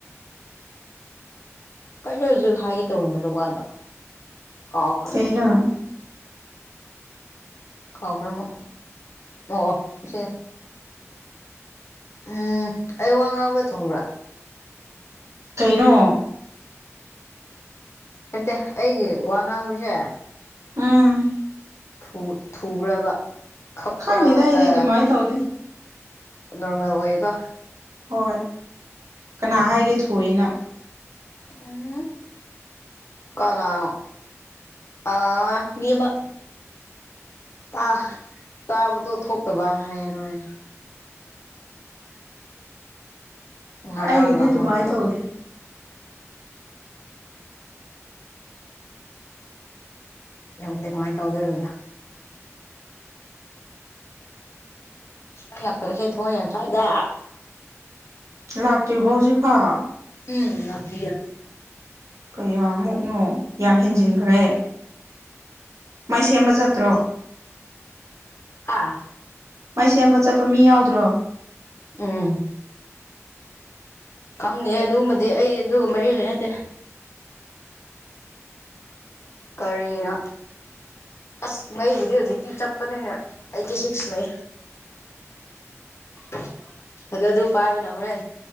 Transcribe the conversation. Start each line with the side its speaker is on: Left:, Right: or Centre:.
Left: ꯀꯩꯅꯣ ꯍꯧꯖꯤꯛ ꯍꯥꯏꯒꯦ ꯇꯧꯔꯝꯕꯗꯨ ꯋꯥꯗꯣ ꯀꯥꯎꯈ꯭ꯔꯦ
Right: ꯀꯩꯅꯣ
Left: ꯀꯥꯎꯈ꯭ꯔꯃꯣ ꯑꯣꯑꯣ ꯁꯤ ꯎꯝ ꯑꯩ ꯋꯥ ꯉꯥꯡꯕꯗ ꯊꯨꯕ꯭ꯔꯥ
Right: ꯀꯩꯅꯣ
Left: ꯅꯠꯇꯦ ꯑꯩꯒꯤ ꯋꯥ ꯉꯥꯡꯕꯁꯦ
Right: ꯎꯝ
Left: ꯊꯨ ꯊꯨꯕꯔꯕ ꯈꯞꯄ꯭ꯔꯕ
Right: ꯈꯪꯗꯦꯗ ꯑꯩꯗꯤ
Left: ꯑ
Right: ꯑꯗꯨꯃꯥꯏꯅ ꯇꯧꯗꯦ
Left: ꯅꯣꯔꯃꯦꯜ ꯑꯣꯏꯀꯣ
Right: ꯍꯣꯏ ꯀꯅꯥ
Left: ꯀꯩꯅꯣ
Right: ꯍꯥꯏꯒꯦ ꯊꯨꯏꯌꯦꯅ
Left: ꯎꯝ ꯀꯅꯥꯅꯣ ꯑ ꯃꯤ ꯑꯃ ꯇꯥ ꯇꯥꯕꯗꯣ ꯊꯣꯛꯇꯕ ꯍꯥꯏꯌꯦ ꯃꯥꯅ ꯉꯔꯥꯡꯔꯣ
Right: ꯑꯩꯒꯤꯗꯤ ꯑꯗꯨꯃꯥꯏꯅ
Left: ꯍꯥꯏꯕꯗꯣ
Right: ꯇꯧꯗꯦ
Left: ꯅꯗꯦ ꯀꯃꯥꯏꯅ ꯇꯧꯕꯗꯔꯗ ꯃꯩ ꯂꯥꯛꯇꯕꯁꯦ ꯊꯋꯥꯏ ꯌꯥꯝ ꯆꯥꯛ ꯏꯗ
Right: ꯂꯥꯛꯇ꯭ꯔꯤꯕꫭ ꯍꯧꯖꯤꯛꯐꯥꯎ
Left: ꯎꯝ ꯂꯥꯛꯇꯔꯤꯌꯦ
Right: ꯀꯌꯥ ꯃꯨꯛꯅꯣ ꯌꯥꯝ ꯍꯦꯟꯖꯤꯟꯈ꯭ꯔꯦ ꯃꯩ ꯁꯦꯝꯕ ꯆꯠꯇ꯭ꯔꯣ
Left: ꯍꯥꯥ
Right: ꯃꯩ ꯁꯦꯝꯕ ꯆꯠꯄ ꯃꯤ ꯌꯥꯎꯗ꯭ꯔꫭ
Left: ꯎꯝ ꯈꯪꯗꯦꯍꯦ ꯑꯗꯨꯒꯨꯝꯕꯗꯤ ꯑꯩ ꯑꯗꯨꯒ ꯃꯔꯤ ꯂꯩꯅꯗꯦ ꯀꯔꯤꯔꯥ ꯑꯁ ꯃꯩꯕꯨꯗꯤ ꯍꯧꯖꯤꯛꯇꯤ ꯆꯞꯄꯅꯤꯅ ꯑꯩꯠꯇꯤ ꯁꯤꯛꯁ ꯂꯩꯌꯦ <unintelligible> ꯑꯗꯨ ꯑꯗꯨ ꯄꯥꯏꯕꯅ ꯍꯣꯔꯦꯟ